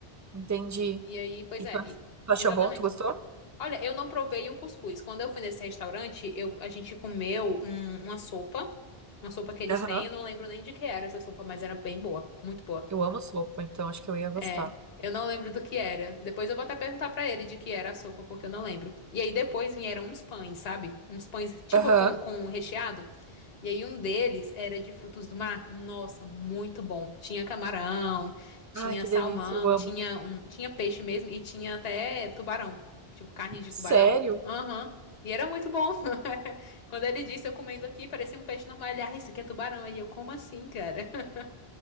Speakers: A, on the right (about 25°); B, on the left (about 65°).
A: entendi.
B: E aí, pois
A: E
B: é,
A: tu
B: e-
A: tu achou
B: exatamente.
A: bom? Tu gostou?
B: Olha, eu não provei o cuscuz. Quando eu fui nesse restaurante, eu, a gente comeu um- uma sopa, uma sopa que eles
A: Aham.
B: têm, eu não lembro nem de que era essa sopa, mas era bem boa, muito boa.
A: Eu amo sopa, então acho que eu ia gostar.
B: É, eu não lembro do que era. Depois eu vou até perguntar pra ele de que era a sopa, porque eu não lembro. E aí depois vieram uns pães, sabe? Uns pães tipo
A: Aham.
B: com, com recheado. E aí um deles era de frutos do mar. Nossa, muito bom. Tinha camarão, tinha
A: Ai, que
B: salmão,
A: delícia, eu amo.
B: tinha um, tinha peixe mesmo e tinha até tubarão, tipo carne de
A: Sério?
B: tubarão. Aham. E era muito bom. <laughs> Quando ele disse, eu comendo aqui, parecia um peixe normal. Ele, ah, isso aqui é tubarão. Aí eu, como assim, cara? <laughs>